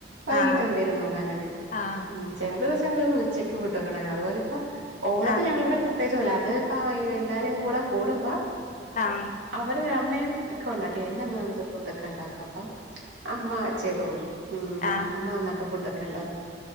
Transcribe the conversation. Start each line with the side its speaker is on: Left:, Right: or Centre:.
Right: വൈകിട്ട്
Left: ആഹ്
Right: എന്തേലും നോക്കാം അങ്ങനെ
Left: ആഹ്
Right: ഉ ചില ദിവസങ്ങളിൽ ഉച്ചക്ക് ഫുഡ്ക്കെ ണ്ടാ അതുപോലെ ഓണത്തി
Left: ആഹ്
Right: ഞങ്ങളിവിടെ പ്രത്യേകിച്ചൊന്നുല്ല അത്പ്പ എല്ലാരും കൂടെ കൂടുമ്പോ
Left: ആഹ്
Right: അവര് അമ്മയും ഒക്കെ ഉണ്ടാക്ക എന്റെ അമ്മ ഫുഡ ഒക്കെ ഉണ്ടാക്കും അപ്പം അമ്മ ചെയ്തോളൂ ഉം
Left: ആഹ് ആഹ്
Right: അമ്മ വന്നിട്ട് ഫുഡൊക്കെ ഇണ്ടാക്കും